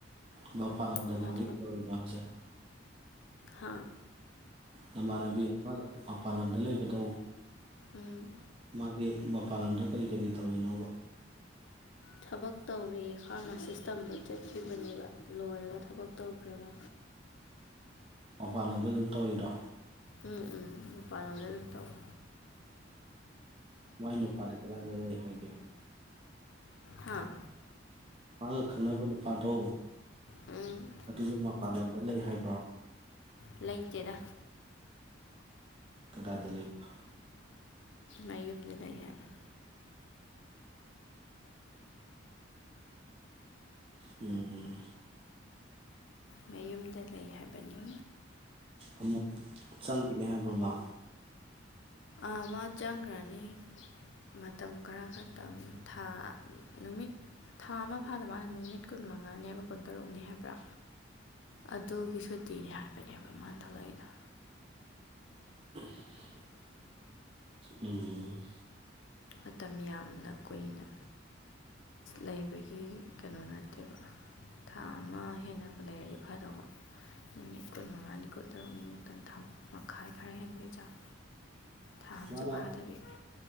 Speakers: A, on the right; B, on the left.
A: ꯃꯄꯥꯜ ꯂꯝꯗ
B: ꯃꯥ
A: ꯃꯥꯗꯤ ꯀꯩꯗꯧꯔꯤꯅꯣ ꯍꯥꯏꯁꯦ
B: ꯍꯥꯥ
A: ꯅꯃꯥꯟꯅꯕꯤ ꯑꯃ ꯃꯄꯥꯟ ꯂꯝꯗ ꯂꯩꯕꯗꯣ
B: ꯎꯝ
A: ꯃꯥꯗꯤ ꯃꯄꯥꯥꯜꯂꯝꯗ ꯀꯔꯤ ꯀꯔꯤ ꯇꯧꯔꯤꯅꯣꯕ
B: ꯊꯕꯛ ꯇꯧꯔꯦ ꯐꯥꯔꯃꯥꯁꯤꯁ ꯇꯝꯕ ꯆꯠꯈꯤꯕꯅꯦꯕ ꯂꯣꯏꯔꯒ ꯊꯕꯛ ꯇꯧꯈ꯭ꯔꯦ ꯃꯥ
A: ꯃꯄꯥꯟ ꯂꯝꯗ ꯑꯗꯨꯝ ꯇꯧꯔꯤꯔꯣ
B: ꯎꯝ ꯎꯝ ꯃꯄꯥꯟ ꯂꯣꯝꯗ ꯑꯗꯨꯝ ꯇꯧꯋꯦ
A: ꯃꯥꯏ ꯅꯨꯄꯥꯥꯗꯤ ꯀꯗꯥꯏꯗ ꯂꯩ ꯍꯥꯏꯒꯦ
B: ꯍꯥ
A: ꯃꯥꯒ ꯈꯪꯅꯕ ꯅꯨꯄꯥꯗꯣ
B: ꯎꯝ
A: ꯑꯗꯨꯃꯥ ꯃꯄꯥꯟ ꯂꯝꯗ ꯂꯩ ꯍꯥꯏꯕ꯭ꯔꯣ
B: ꯂꯩꯇꯦꯗ
A: ꯀꯗꯥꯏꯗ ꯂꯩꯕ
B: ꯃꯌꯨꯝꯗ ꯂꯩ ꯍꯥꯏꯕꯅꯦ
A: ꯎꯝ
B: ꯃꯌꯨꯝꯗ ꯂꯩ ꯍꯥꯏꯕꯅꯤ
A: ꯑꯃꯨꯛ ꯆꯪꯈꯤꯅꯦ ꯍꯥꯏꯕ꯭ꯔꯣ ꯃꯥ
B: ꯑꯃ ꯆꯪꯈ꯭ꯔꯅꯤ ꯃꯇꯝ ꯈꯔ ꯈꯛꯇꯪ ꯊꯥ ꯅꯨꯃꯤꯠ ꯊꯥ ꯑꯃ ꯐꯥꯗ ꯃꯥꯅꯦ ꯅꯨꯃꯤꯠ ꯀꯨꯟ ꯃꯉꯥꯅꯦꯕ ꯀꯨꯟꯇꯔꯨꯛꯅꯤ ꯍꯥꯏꯕ꯭ꯔꯥ ꯑꯗꯨꯒꯤ ꯁꯨꯇꯤꯅꯦ ꯍꯥꯏꯕꯅꯦꯕ ꯃꯥꯅ ꯊꯣꯛꯂꯛꯏꯗꯣ
A: <unintelligible> ꯎꯝ
B: ꯃꯇꯝ ꯌꯥꯝꯅ ꯀꯨꯏꯅ ꯂꯩꯕꯒꯤ ꯀꯩꯅꯣ ꯅꯠꯇꯦꯕ ꯊꯥ ꯑꯃ ꯍꯦꯟꯅ ꯂꯩꯔꯗꯤ ꯐꯗꯧꯕ ꯅꯨꯃꯤꯠ ꯀꯨꯟ ꯃꯉꯥꯅꯤ ꯀꯨꯟꯇꯔꯨꯛꯅꯤꯃꯨꯛꯇ ꯊꯥꯝ ꯃꯈꯥꯏ ꯈꯔ ꯍꯦꯟꯕꯩ ꯆꯥꯡ꯫ ꯊꯥ ꯑꯃꯁꯨ
A: ꯃꯥꯅ
B: ꯐꯥꯗꯕꯤ